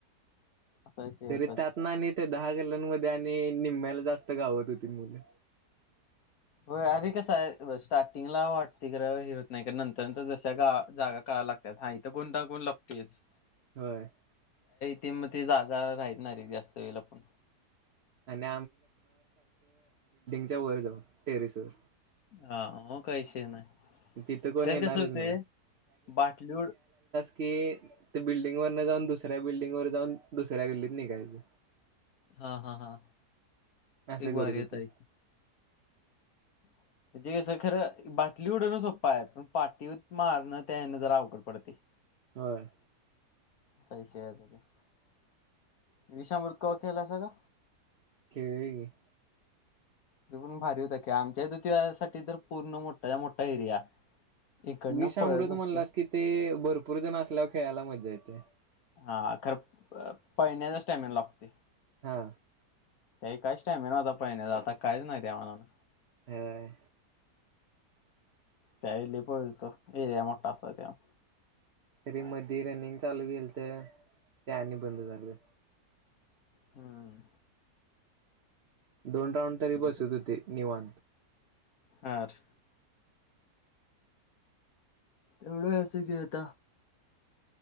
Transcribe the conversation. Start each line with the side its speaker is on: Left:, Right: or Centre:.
Left: असा विषय
Right: तरी
Left: होता ते
Right: त्यात आणि ते दहा गे <inaudible> मध्ये आणि निम्म्याला जास्त गावत होती मुलं.
Left: होय अरे कसा होय स्टार्टिंगला वाटते, खरं होत नाही, का नंतरर जशा जागा काळाय लागतात, हा इथ कोणता कोण लागतेच
Right: होय.
Left: ते म ते जागा राहीत नाहीे जास्त वेळ लपून.
Right: आणि च्या वर जाऊ टेरिस वर.
Left: हा मग काय विषय नाही,
Right: तिथं कोण
Left: तरी
Right: येणारच
Left: कस होते.
Right: नाही
Left: बाटलूड
Right: कि ते बिल्डिंग वर न जाऊन दुसऱ्या, बिल्डिंग वर जाऊन दुसऱ्या गिल्लीत निघायचं.
Left: हा हा हा.
Right: असं
Left: एक भारी
Right: करत होतो.
Left: होता एक. म्हणजे कसं खरं बाटली उडवण सोप्पा आहे. पण पाटी मारणं त्यान जरा अवकड पडते.
Right: होय.
Left: संशयात. <inaudible> विषामृत कवा खेळलासा का?
Right: खेळलोय की.
Left: ते पण भारी होत. कि आमच्या इथ तर यासाठी तर पूर्ण मोठा मोठा एरिया इकडनं
Right: विष अमृत
Left: पळत नसतं
Right: म्हणलास की, ते भरपूर जण असल्यावर खेळायला मज्जा येते.
Left: हा खरं प- पळण्याचा स्टॅमिना लागतय.
Right: हा.
Left: त्यावेळी काय टाईम होता पळण्याचा. आता काहीच नाही त्या मानानं.
Right: होय.
Left: त्यावेळी लय पळत होतं एरिया मोठा असल्यामुळ
Right: तरी मधे रनिंग चालू केेलत. ते आणि बंद झालं.
Left: हं.
Right: दोन राऊंड तरी बसत
Left: की
Right: होते निवा
Left: आठ. एवढं असं खेळता